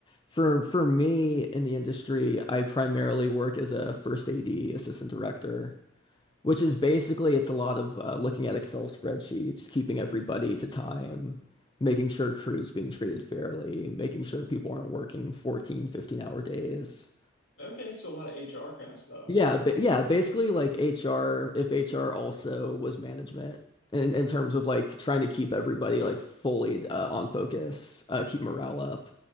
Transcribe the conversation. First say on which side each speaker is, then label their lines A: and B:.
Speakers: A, on the left; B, on the left.
A: For for me in the industry, I primarily work as a first AD assistant director. Which is basically it's a lot of uh, looking at Excel spreadsheets, keeping everybody to time, making sure crew's being treated fairly, making sure people aren't working 14, 15 hour days.
B: Okay, so a lot of HR kind of stuff.
A: Yeah, ba yeah, basically like HR, if HR also was management in, in terms of like trying to keep everybody like fully uh, on focus, uh, keep morale up.